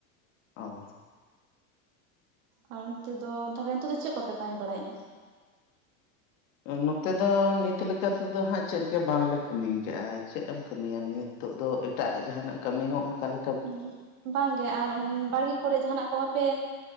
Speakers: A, on the left (about 75°); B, on the right (about 80°).
A: ᱚ᱾
B: ᱟᱨ ᱚᱱᱛᱮ ᱫᱚ ᱛᱟᱦᱚᱸᱞᱮ ᱱᱤᱛᱚᱜ ᱫᱚ ᱪᱮᱜ ᱠᱚᱯᱮ ᱠᱟᱹᱢᱤ ᱵᱟᱲᱟᱭᱮᱜᱼᱟ?
A: ᱱᱚᱛᱮ ᱫᱚ ᱱᱤᱛ ᱞᱮᱠᱟ ᱛᱮᱫᱚ ᱦᱟᱸᱜ ᱪᱮᱫ ᱜᱮ ᱵᱟᱝᱞᱮ ᱠᱟᱹᱢᱤᱭ ᱠᱟᱜᱼᱟ᱾ ᱪᱮᱜ ᱮᱢ ᱠᱟᱹᱢᱤᱭᱟ ᱱᱤᱭᱟᱹ ᱱᱤᱛᱚᱜ ᱫᱚ ᱮᱴᱟᱜ ᱡᱟᱦᱟᱸᱱᱟᱜ ᱠᱟᱹᱢᱤ ᱦᱚᱸ ᱚᱱᱠᱟ ᱞᱮ
B: ᱦᱩᱸ ᱵᱟᱝᱜᱮ ᱟᱨ ᱵᱟᱲᱜᱮ ᱠᱚᱨᱮᱜ ᱡᱟᱦᱟᱸᱱᱟᱜ ᱠᱚ ᱵᱟᱯᱮ